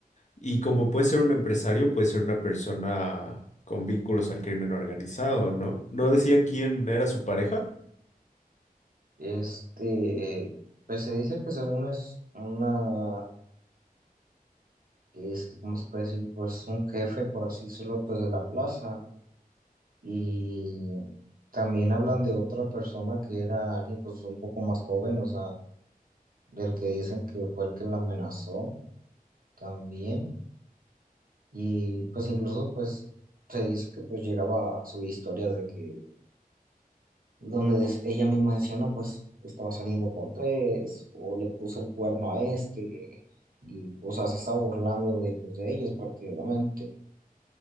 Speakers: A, on the left (about 50°); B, on the right (about 65°).
A: Y como puede ser un empresario, puede ser una persona con vínculos al crimen organizado, ¿no? ¿No decían quién era su pareja?
B: Este, pues se dice que según es una, este, ¿cómo se puede decir? Pues un jefe, por así decirlo, pues de la plaza. Y también hablan de otra persona que era alguien pues un poco más joven, o sea, del que dicen que fue el que la amenazó también. Y pues incluso pues se dice que pues llegaba a subir historias de que donde des- ella misma decía, no, pues estaba saliendo con tres, o le puse el cuerno a este, y, o sea, se estaba burlando de, pues, de ellos prácticamente.